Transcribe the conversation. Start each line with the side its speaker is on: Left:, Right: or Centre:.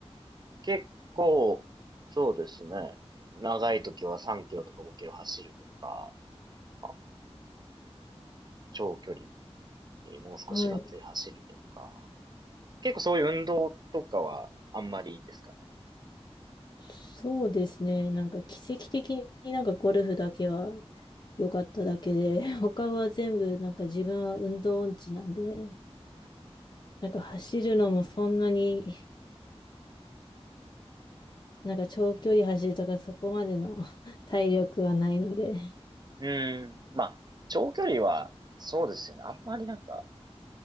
Right: 結構、そうですね。長い時は3キロとか5キロ走るとか、まあ、長距離、えーもう少しがっつり走るとか、
Left: はい。
Right: 結構そういう運動とかはあんまりいいですかね。
Left: そうですね。なんか奇跡的になんかゴルフだけは良かっただけで、<laughs> 他は全部なんか自分は運動音痴なんで、
Right: うんうんうん
Left: なんか走るのもそんなに、なんか長距離走るとかそこまでの <laughs> 体力はないので、
Right: うんうーん。まあ、長距離は、そうですよね。あんまりなんか、